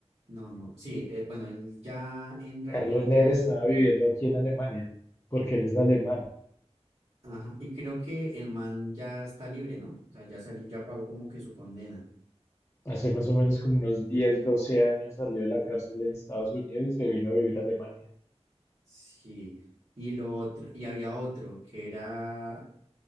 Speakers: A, on the right (about 65°); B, on the left (about 25°).
A: No, no, sí, eh, bueno, él ya en realidad
B: Carlos Ler
A: ya
B: estaba viviendo aquí en Alemania porque él es alemán.
A: Ajá, y creo que el man ya está libre, ¿no? O sea, ya salió, ya pagó como que su condena.
B: Hace más o menos como unos 10, 12 años salió de la cárcel en Estados Unidos y se vino a vivir a Alemania.
A: Sí. Y lo otro, y había otro que era